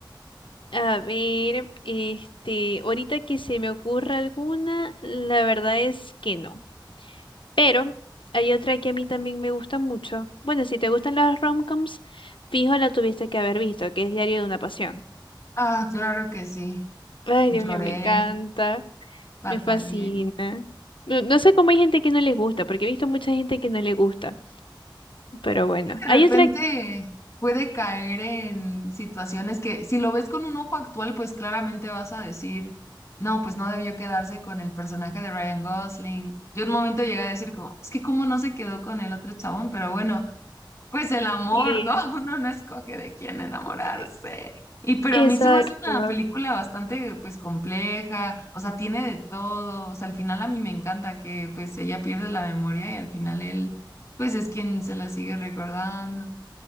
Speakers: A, on the left; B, on the left.
A: A ver, este, ahorita que se me ocurra alguna, la verdad es que no. Pero hay otra que a mí también me gusta mucho. Bueno, si te gustan las romcoms, fijo la tuviste que haber visto, que es Diario de una Pasión.
B: Ah, claro que sí.
A: Ay,
B: Lloré,
A: Dios mío, me encanta,
B: batallé.
A: me fascina. No, no sé cómo hay gente que no les gusta, porque he visto mucha gente que no le gusta. Pero bueno,
B: de
A: hay
B: repente
A: otra...
B: puede caer en situaciones que si lo ves con un ojo actual, pues claramente vas a decir, no, pues no debió quedarse con el personaje de Ryan Gosling. Yo en un momento llegué a decir como, es que cómo no se quedó con el otro chabón, pero bueno, pues el amor,
A: Sí,
B: ¿no? <laughs> Uno no escoge de quién enamorarse.
A: eh,
B: Y pero
A: exacto,
B: a mí se me hace una película bastante pues compleja, o sea, tiene de todo, o sea, al final a mí me encanta que pues ella pierde la memoria y al final él pues es quien se la sigue recordando.